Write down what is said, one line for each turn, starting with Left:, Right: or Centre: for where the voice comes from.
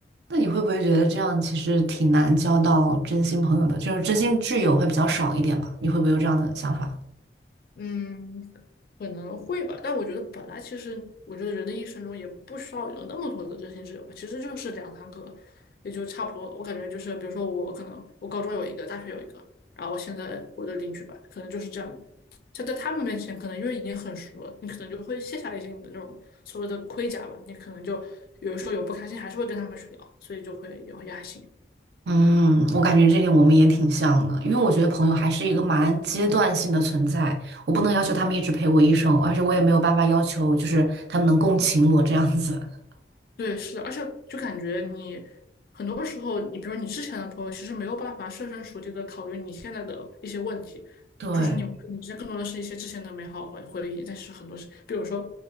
Right: 那你会不会觉得这样其实挺难交到真心朋友的？就是真心挚友会比较少一点嘛？你会不会有这样的想法？
Left: 嗯，可能会吧，但我觉得本来其实，我觉得人的一生中也不需要有那么多的真心挚友吧，其实就是两三个，也就差不多了。我感觉就是，比如说我可能我高中有一个，大学有一个，然后现在我的邻居吧，可能就是这样的。就在他们面前，可能因为已经很熟了，你可能就会卸下一些你的那种所谓的盔甲吧，你可能就有的时候有不开心，还是会跟他们去聊，所以就会也也还行。
Right: 嗯，我感觉这点我们也挺像的，因为我觉得朋友还是一个蛮阶段性的存在，我不能要求他们一直陪我一生，而且我也没有办法要求就是他们能共情我这样子。<laughs>
Left: 对，是的，而且就感觉你很多时候，你比如你之前的朋友，其实没有办法设身处地的考虑你现在的一些问题，
Right: 对，
Left: 就是你们可能之间更多的是一些之前的美好回回忆，但是很多是，比如说，